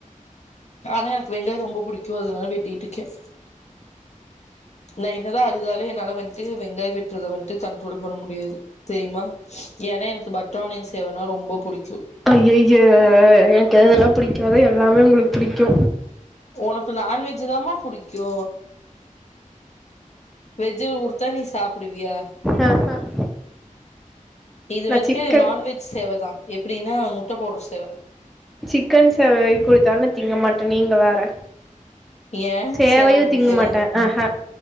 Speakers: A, on the left; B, in the centre.
A: ஆனா எனக்கு வெங்காய ரொம்ப புடிக்கு அதுனால வெட்டிட்டு இருக்கே நா என்னதா அழுதாலு என்னால வந்துட்டு வெங்காய வெட்டுறத வந்ட்டு கண்ட்ரோல் பண்ண முடியாது தெரியுமா ஏனா பட்டரானியன்சேவனா ரொம்ப புடிக்கு
B: அய்யய்ய எனக்கு எதெல்லா புடிக்காதோ அது எல்லாமே உங்குளுக்கு புடிக்கு
A: உனக்கு நான்வெஜ்ஜி தாம புடிக்கு வெஜ்ஜி குடுத்தா நீ சாப்புடுவியா
B: ஆ ஹா
A: இது வந்துட்டு
B: சிக்கன்
A: நான்வெஜ் சேவதா எப்புடினா முட்ட போட்ற சேவ
B: சிக்கன் சேவை குடுத்தாலு தீங்க மாட்ட நீங்க வேற
A: ஏ
B: சேவையோ
A: சேவ புடிக்காதா
B: திங்க மாட்ட அ ஹா